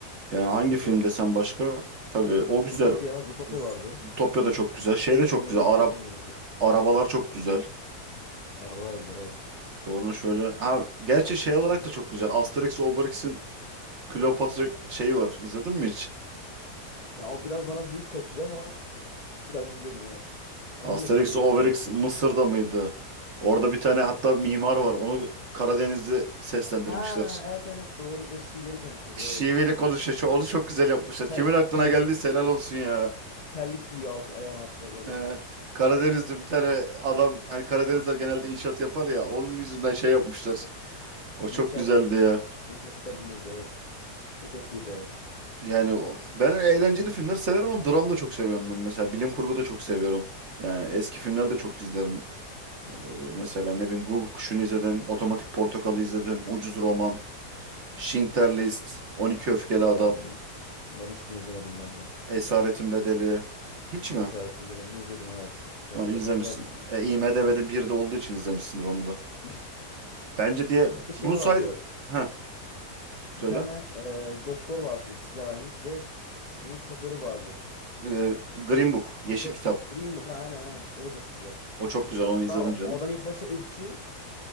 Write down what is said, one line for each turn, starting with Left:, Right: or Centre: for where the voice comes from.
Right: Yani hangi
Left: E, O
Right: film
Left: zaten
Right: desem başka? Tabii o güzel.
Left: Zootopia, Zootopia vardı.
Right: Zootopia da çok güzel. Şey de çok
Left: Cem
Right: güzel.
Left: Yılmaz
Right: Arab
Left: seslendiriyordu.
Right: arabalar çok güzel.
Left: Ya, arabalar da güzel evet.
Right: Sonra şöyle ha gerçi şey olarak da çok güzel. Asterix Obelix'in Kleopatra şeyi var. İzledin mi hiç?
Left: Ya o biraz bana büyük kaçıyor ama biraz izledim evet. Onun
Right: Asterix
Left: da şeyleri güzel
Right: Obelix
Left: evet.
Right: Mısır'da mıydı? Orada bir tane hatta mimar var. Onu Karadeniz'de seslendirmişler.
Left: Ha evet evet doğru. Böyle şiveli konuşuyor
Right: Şiveli
Left: doğru.
Right: konuşuyor. Onu çok güzel yapmışlar.
Left: Tel,
Right: Kimin aklına
Left: tel,
Right: geldiyse helal olsun ya.
Left: terlik giyiyor alt ayağın altta böyle.
Right: Ee, Karadeniz'de bir tane adam hani Karadenizler genelde inşaat yapar ya onun yüzünden şey yapmışlar. O
Left: İnşaatçı,
Right: çok güzeldi ya.
Left: inşaatçı Karadeniz'de evet. O çok iyiydi evet.
Right: Yani o. Ben eğlenceli filmler severim ama dram da çok seviyorum ben mesela. Bilim kurgu da çok seviyorum. Yani eski filmler de çok izlerim. Ee, mesela ne bileyim Guguk Kuşu'nu izledim. Otomatik Portakal'ı izledim. Ucuz Roman. Schindler List. on iki Öfkeli
Left: Oo,
Right: Adam.
Left: bunların hiçbirini izlemedim valla.
Right: Esaretin Bedeli. Hiç mi?
Left: Esaretin Bedeni'ni izledim evet. Esaretin
Right: Onu izlemişsin.
Left: Bedeni güzeldir.
Right: E, IMDb'de bir de olduğu için izlemişsindir onu da.
Left: <laughs>
Right: Bence diye
Left: Bir şey
Right: bu saydık.
Left: vardı.
Right: Heh, söyle.
Left: Bir tane e, doktor vardı siyahi. Bir de bunun şoförü vardı.
Right: Ee, Green Book,
Left: Şoför
Right: Yeşil Kitap.
Left: Green Book. Ha, aynen aynen. O da çok güzel.
Right: O çok güzel, onu izledim
Left: Daha o
Right: canım.
Left: o adam ilk başta ırkçı.